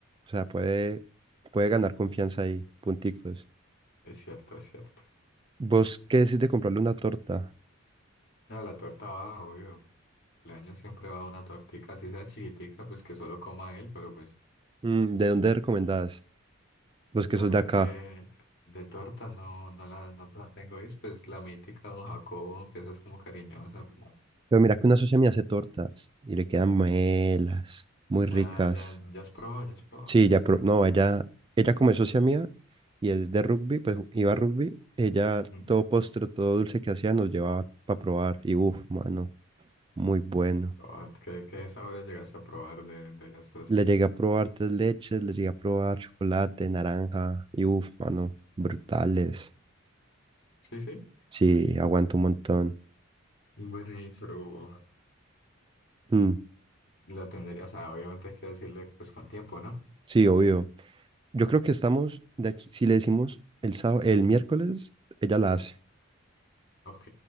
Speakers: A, on the right; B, on the left.
A: O sea, puede, puede ganar confianza ahí, punticos.
B: es cierto, es cierto.
A: ¿Vos qué decís de comprarle una torta?
B: No, la torta va, obvio. El año siempre va una tortica, así sea chiquitica, pues que solo coma él, pero pues.
A: Mm, ¿de dónde recomendás? Vos
B: Uy,
A: que
B: pero
A: sos
B: mira
A: de acá.
B: que de torta no, no la, no te la tengo, ¿viste? Pues la mítica Don Jacobo, que esa es como cariñosa. pues.
A: Pero mira que una socia me hace tortas y le quedan melas, muy ricas.
B: Ya, ya, ya has probado, ya has probado.
A: Sí, ya, pro- no, ella, ella como es socia mía y es de rugby, pues iba a rugby, ella
B: Ujú.
A: todo postre, todo dulce que hacía nos llevaba para probar y uff, mano, muy bueno.
B: Ah, ¿Qué, qué sabores llegaste a probar de, de las dos?
A: Le llegué a probar tres leches, le llegué a probar chocolate, naranja y uff, mano, brutales.
B: Sí, sí.
A: Sí, aguanto un montón.
B: Bueno, y pero
A: Mm,
B: la tendría, o sea, obviamente hay que decirle pues con tiempo, ¿no?
A: sí, obvio. Yo creo que estamos de aquí, si le decimos el sábado, el miércoles, ella la hace.
B: Ok,